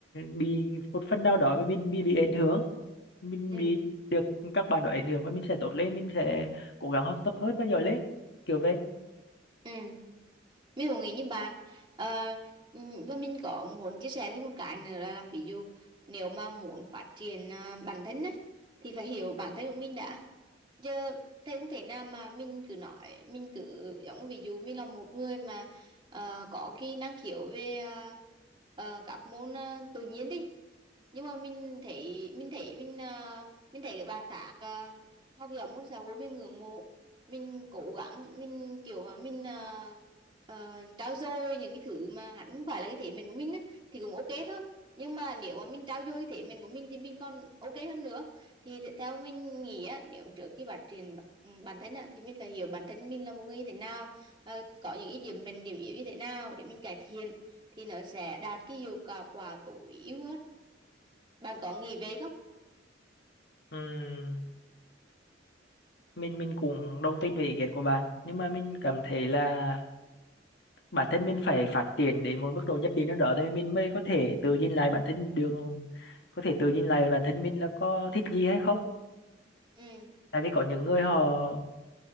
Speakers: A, on the left; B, on the right.
A: bị một phần nào đó mà mình bị bị ảnh hưởng mình
B: Ừ.
A: bị được các bạn đó ảnh hưởng và mình sẽ tốt lên mình sẽ cố gắng học tập hơn và giỏi lên kiểu vậy
B: Ừ. mình cũng nghĩ như bạn Ờ, ừm, và mình có muốn chia sẻ thêm một cái nữa là, là ví dụ nếu mà muốn phát triển à, bản thân á, thì phải hiểu bản thân của mình đã chứ thế không thể nào mà mình cứ nói mình cứ giống ví dụ mình là một người mà ờ, có cái năng khiếu về ờ, ờ, các môn ờ, tự nhiên đi nhưng mà mình thấy mình thấy mình ờ, mình thấy các bạn khác ờ, học giỏi môn xã hội mình ngưỡng mộ mình cố gắng mình kiểu mà mình uh, uh, trau dồi những cái thứ mà hẳn không phải là cái thế mạnh của mình á, thì cũng ok thôi nhưng mà nếu mà mình trau dồi thế mạnh của mình thì mình còn ok hơn nữa thì t- theo mình nghĩ á nếu trước khi phát triển b- bản thân á thì mình phải hiểu bản thân mình là một người như thế nào và có những cái điểm mạnh điểm yếu như thế nào để mình cải thiện thì nó sẽ đạt cái hiệu quả quả tối ưu hơn bạn có nghĩ vậy không
A: Ừm, mình mình cũng đồng tin về ý kiến của bạn nhưng mà mình cảm thấy là bản thân mình phải phát triển đến một mức độ nhất định nào đó thì mình mới có thể tự nhìn lại bản thân được có thể tự nhìn lại bản thân mình là có thích gì hay không
B: ừ
A: tại vì có những người họ